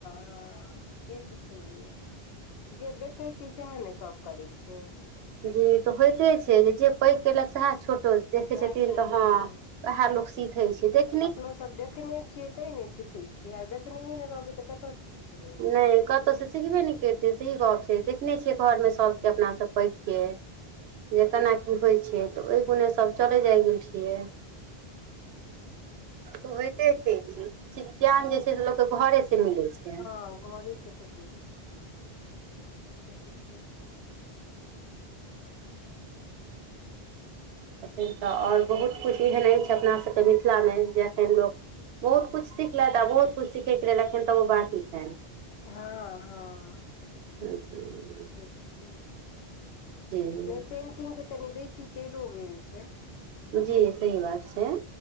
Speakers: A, on the left; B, on the right.
A: हँ से तऽ छहिये जे देखै छी सएहे ने सभ करै छै
B: जी तऽ होइते छै जे जे पैघ कयेलक सएह छोटो देखै
A: सएह
B: छथिन
A: छोट
B: तऽ
A: केलहुँ
B: हँ वएह लोक सीखै छै देख
A: अपनो सभ देखने छियै तैं ने सीखै छियै आ देखने नय रहबै तऽ कतयसँ सिखबै
B: नय कतौह से सिखबे ने करतेै सही गप छै देखने छियै घर मे सबके अपना सं पैघ के जे केना की होइ छै तऽ ओहि गुणे सब चलै जाय गेल छियै होयइते छै ई चीज ई चीज ज्ञान जे छै से लोक के घरे से मिलै छै
A: हँ घरे से भेटै छै से तऽ छैहे
B: <inaudible> एखन तऽ आओर बहुत किछु एहन अछि अपना सभ के मिथिला मे जे एखन लोक बहुत कुछ सिखलथि आ बहुत कुछ सिखयके लेल एखन तबोऽ बाकी छनि
A: हँ हँ
B: अछ <unintelligible>
A: से तऽ छैहे
B: जी
A: नय पेन्टिंग के कनि बेसी चैलो गेल छै
B: जी सही बात छै